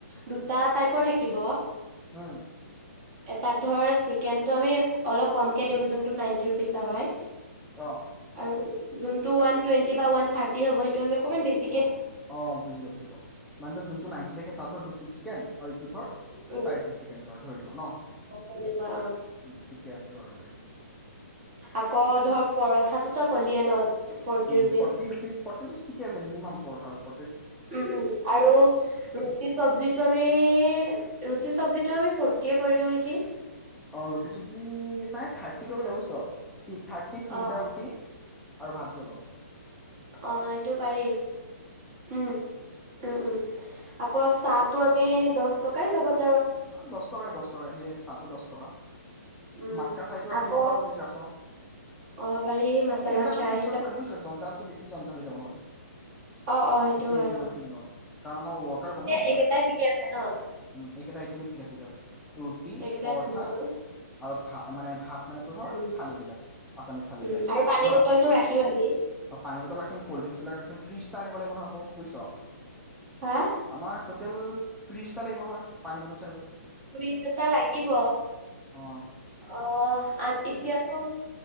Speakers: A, on the right; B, in the centre.
A: দুটা টাইপৰ থাকিব
B: উম,
A: এটাত ধৰ তেন্তে আমি অলপ কমকে দিম, জোনটো মন্থলী পইচা হয়
B: অহ
A: আৰু যোনটো ৱান টুৱেন্টি বা ৱান থাৰ্টি হব হেটো আমি অকনমান বেছি
B: অঁ অঁ বুজিলোঁ বুজিলোঁ মানে ত যোনটো নাইণ্টি থাকে তাত ধৰ দু পিচ চিকেন আৰু এইটো ধৰ
A: উম,
B: চাৰি পিচ চিকেনত ধৰি লওঁ ন
A: অ কেনেকুৱা
B: উম, ঠিকে আছে বাৰু দে
A: আকৌ ধৰ পৰঠাতো তইকলিৱে ন ফৰ্টি
B: অ
A: rupees.
B: Forty rupees forty rupees ঠিকে আছে মিনিমাম পৰ ধ আৰু
A: উম উম আৰু ৰুটি চবজিটো আমি ৰুটি চবজিটো আমি ফৰটিয়ে কৰি দিওঁ নেকি
B: অ ৰুটি চব্জি নাই থাৰ্টি কৰিব লাগিব বুজিছ থাৰ্টিত তিনিটা
A: অ
B: ৰুটি আৰু ভাজি অলওঁ
A: অ সেইটো পাৰি উম উম উম আকৌ চাহটো আমি এ দহ টকাই ঢবত
B: অ দহ টকাই দহ টকাই সেয় চাহটো দহ টকা
A: উম।
B: মাতকা চাহটো ৰাখি
A: আকৌ
B: দিব পাৰো যদি ৰাখ
A: অ পাৰি মচালা
B: এই এইবিলাক
A: চাই
B: আমি পিছত কৰিম ব জঞ্জাল বেছি জঞ্চাল হৈ যাব নহলে
A: অ অ সেইটো
B: এতিয়াই
A: হয়
B: যিমানখিনি
A: অ।
B: ল কাৰণ আমাৰ ৱৰ্কাৰ ক'ম ন এতিয়া
A: এইকেইটাই ঠিকে আছে ন
B: উ একেটাই ঠিক আছে দিয়ক ৰুটি
A: এইকেইটাই
B: পৰঠা
A: ডান কৰো।
B: আৰু ভাত মানে ভাত মানে ধোৰ ধৰ
A: উম
B: থালিবিলাক আছামিছ থালিবিলাক
A: উম আৰু পানী
B: ন
A: বটলটো ৰাখিম আমি
B: পানী বটল ৰাখিম কল্ড ড্ৰিংকছবিলাক ৰাখিম ফ্ৰিজটা আনিবলৈ বনাবোঁ বুজিছ
A: হা
B: আমাৰ ট'টেল ফ্ৰিজ এটা লাগিব নয় পানী বাতত
A: পানি বটল লাগিব
B: অঁ
A: আহ এতিয়াতো